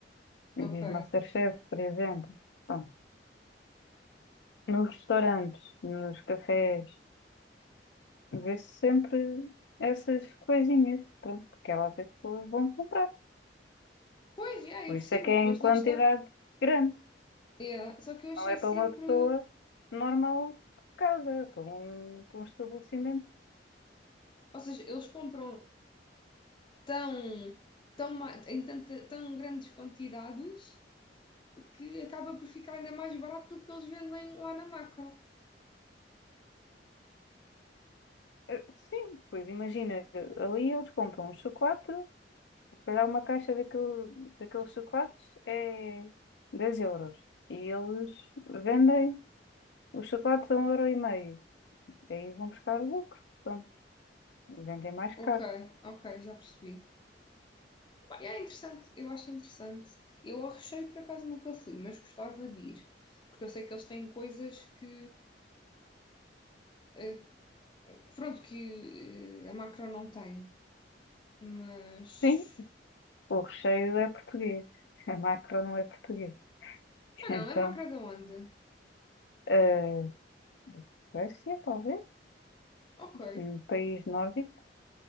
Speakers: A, on the left; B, on the left.
A: ok.
B: E diz Masterchef, por exemplo. Bom, nos restaurantes, nos cafés, vê-se sempre essas coisinhas, pronto, que é as pessoas vão comprar.
A: Pois, yeah,
B: Por
A: eu
B: isso
A: percebo,
B: é que é em
A: mas
B: quantidade
A: lá está.
B: grande.
A: Yeah. Só que eu achei
B: Não é para
A: sempre.
B: uma pessoa normal de casa, é para um, para um estabelecimento.
A: Ou seja, eles compram tão, tão, ma- em tanta, tão grandes quantidades que acaba por ficar ainda mais barato do que eles vendem lá na macro.
B: Eh, Sim, pois imagina, ali eles compram um chocolate calhar uma caixa daquele, daqueles chocolates é 10 euros. E eles vendem os chocolates a um euro e meio. Aí vão buscar o lucro. Pronto, vendem mais
A: Ok,
B: caro.
A: ok, já percebi. Bem, é interessante, eu acho interessante. Eu ao recheio por acaso nunca fui, mas gostava de ir. Porque eu sei que eles têm coisas que, eh, pronto, que eh, a macro não tem. Mas.
B: Sim, o recheio é português. A macro não é português. <laughs>
A: Ah,
B: Então,
A: não, é macro da onde?
B: eh, Suécia, talvez.
A: Ok,
B: Um país nórdico,